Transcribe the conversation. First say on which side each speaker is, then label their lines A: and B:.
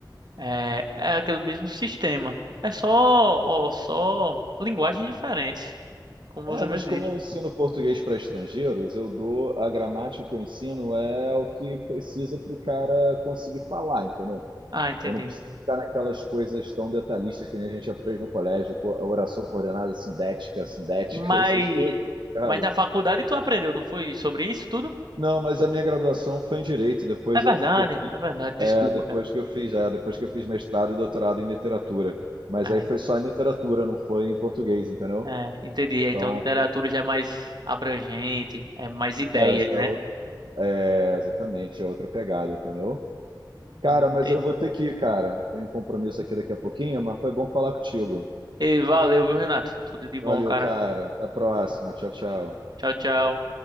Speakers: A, on the right (about 60°); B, on the right (about 75°).
A: é, é aquele mesmo sistema. É só, ó, só linguagens diferentes, como você
B: É,
A: mesmo
B: mas como
A: disse.
B: eu ensino português para estrangeiros, eu dou a gramática que eu ensino é o que precisa para o cara conseguir falar, entendeu?
A: Ah, entendi.
B: Eu não preciso ficar naquelas coisas tão detalhistas que nem a gente aprende no colégio, co- oração coordenada sindética, sindética,
A: Mas,
B: <laughs> essas coisas. Cara,
A: mas na faculdade tu aprendeu, não foi sobre isso tudo?
B: Não, mas a minha graduação foi em direito. Depois
A: É verdade,
B: eu, que eu fiz,
A: é verdade. Desculpa,
B: é, depois
A: cara.
B: que eu fiz, é, depois que eu fiz mestrado e doutorado em literatura. Mas
A: Ai,
B: aí foi só em literatura, não foi em português, entendeu?
A: é, entendi.
B: Então,
A: Então literatura já é mais abrangente, é mais ideias,
B: é,
A: né?
B: é o- é, exatamente, é outra pegada, entendeu? Cara,
A: Não entendi.
B: mas eu vou ter que ir, cara. Tem compromisso aqui daqui a pouquinho, mas foi bom falar contigo.
A: E valeu, viu, Renato? Tudo de bom,
B: Valeu,
A: cara.
B: cara. Até a próxima. Tchau, tchau.
A: Tchau, tchau.